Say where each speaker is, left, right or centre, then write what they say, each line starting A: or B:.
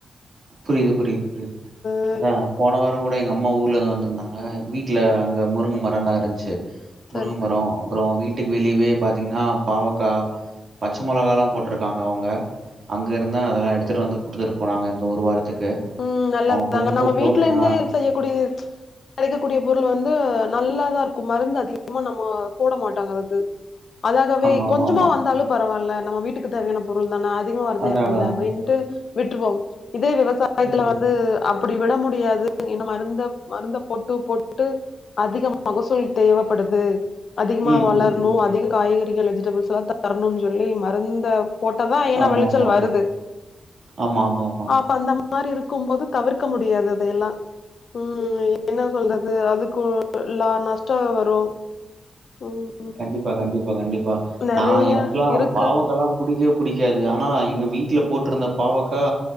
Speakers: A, on the right; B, on the left.
A: புரீது புரீது புரீது
B: ம்
A: அதா போன வாரங்கூட எங்க அம்மா ஊர்ல இருந்து வந்திருந்தாங்க வீட்ல அங்க முருங்க மரோல்லா இருந்ச்சு முருங்க
B: சரி சரி
A: மரோ அப்பறோ வீட்டுக் வெளியவே பாத்தீங்கன்னா பாவக்கா பச்ச மொளகாலா போட்ருக்காங்க அவுங்க அங்க இருந்தா அதெல்லா எடுத்துட்டு வந்து குடுத்துட்டு போனாங்க இந்த ஒரு வாரத்துக்கு
B: ம் நல்லதாங்க
A: அவங்க கொஞ்சம்
B: நம்ம
A: தோ
B: வீட்ல இருந்தே
A: ஆ,
B: செய்யக்கூடியது கெடைக்கக்கூடிய பொருளு வந்து நல்லாதா ருக்கு மருந்து அதிகமா நம்ம போட மாட்டாங்க அதுக்கு அதாகவே
A: ஆமா ஆமா
B: கொஞ்சுமா
A: ஆமா
B: வந்தாலு பரவால்ல நம்ம வீட்டுக்கு தேவையான பொருள் தானா அதிகம் வர
A: அதான்
B: தேவயில்லல
A: அதான்
B: அப்டின்ட்டு
A: அதான்.
B: விட்ருவோ இதே விவசா சாயத்துல
A: ம் ம்
B: வந்து அப்பிடி விட முடியாது இன்னு மருந்த மருந்த போட்டு போட்டு அதிக மகசூல் தேவப்படுது அதிகமா
A: ம்
B: வளர்ணு
A: ம் ம்.
B: அதிக காய்கறிகள் வெஜிடபிள்ஸ் லா தரணுன்னு சொல்லி மருந்த போட்டா தா ஏனா
A: ஆமா
B: வெளச்சல்
A: ஆமா ஆமா
B: வருது
A: ஆமா ஆமா ஆமா
B: ஆம் நம்ம அந்த மாரி இருக்கு போது தவிர்க்க முடியாது அத எல்லா ம் என்னா சொல்றது அதுக்கு லா நஷ்டோ வரு ம்
A: கண்டிப்பா கண்டிப்பா கண்டிப்பா
B: நெறைய
A: நா எனக்லா
B: இருக்கு.
A: பாவக்கா கால்லா புடிக்கவே புடிக்காது ஆனா எங்க வீட்ல போட்டுருந்த பாவக்கா